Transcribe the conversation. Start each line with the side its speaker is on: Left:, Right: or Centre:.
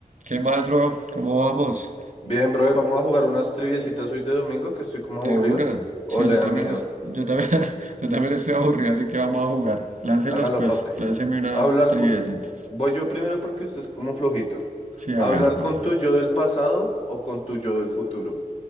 Right: ¿Qué más, bro? ¿Cómo vamos?
Left: Bien, brother, vamos a jugar unas triviecitas hoy de domingo que estoy como
Right: De
Left: aburrido.
Right: una.
Left: O
Right: Sí,
Left: le
Right: yo
Left: da
Right: también,
Left: miedo.
Right: es- yo también, <laughs> yo también estoy aburrido, así que vamos a jugar. Láncelas,
Left: Hágalo,
Right: pues.
Left: papi.
Right: Lánceme una
Left: Hablar
Right: triviacita.
Left: con... Voy yo primero porque usted es como flojito.
Right: Sí,
Left: ¿Hablar
Right: hágale, papá.
Left: con tu yo del pasado o con tu yo del futuro?